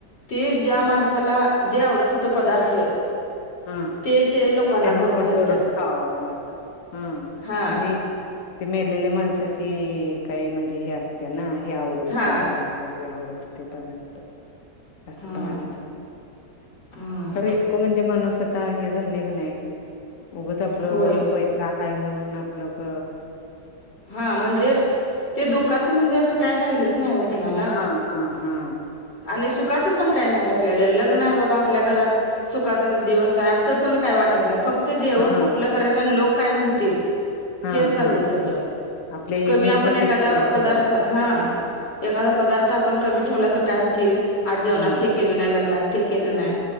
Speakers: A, on the left; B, on the left.
A: ते ज्या
B: हा
A: माणसाला जे आवडत होत पदार्थ
B: हम
A: ते ते लोकांना
B: त्यांना
A: करून
B: गोट
A: घालतात
B: भरून खावा असं हम
A: हा
B: आणि ते मेरलेल्या माणसाची काही म्हणजे हे असते. त्यां ना हे आवडत हो
A: हा
B: ते पदार्थ ते आवडत हो ते पदार्थ अस
A: हा
B: पण असते
A: हा
B: खरं इतकं म्हणजे मन हे झा नाही उ आपलं
A: होय
B: पै आहे म्ह. नून आपलक
A: हा म्हणजे ते दुःखाच म्हणजे अस काय राहिलच नाही. कणाला
B: हा हा हा
A: आणि सुखचं पण काय नाही राहिलेलं लग्न आहे बाबा आपल्या घरात सुखाचा दिवस आहे असं पण काय वाटत नाही फक्त तर जेवण
B: हा
A: कुठलं करायचं आणि लोक काय म्हणतील हेच
B: हा
A: चाललंय
B: हा
A: सगळं.
B: आपल्या
A: कमी
B: इमेज
A: आपण
B: साठी
A: एकादावा
B: सगळं
A: पदार्थ
B: करायच
A: हा. एखा पदार्थ आपण क ठेव तर काय आ जेवण
B: हा
A: हे केलं नाही लगनात. ते केलं नाही.